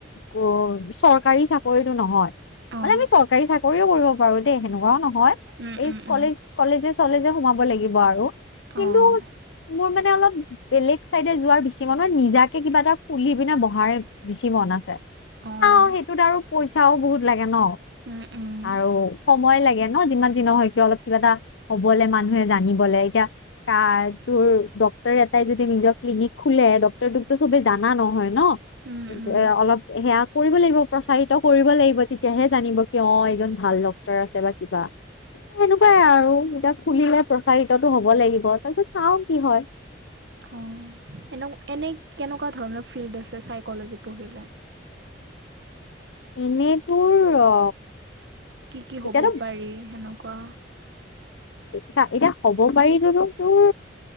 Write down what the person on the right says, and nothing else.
অঁ
উম
উম
উম
অঁ
অঁ
উম উম!
উম উম
অনে এনে কেনেকুৱা ধৰণৰ ফিল্ড আছে চাইকলজী পঢ়িলে,
কি কি হ'ব
পাৰি সেনেকুৱা,